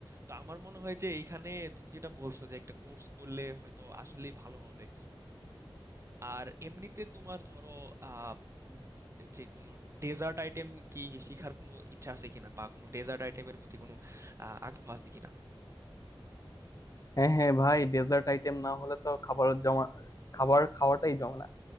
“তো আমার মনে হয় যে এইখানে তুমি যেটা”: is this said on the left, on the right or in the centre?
Right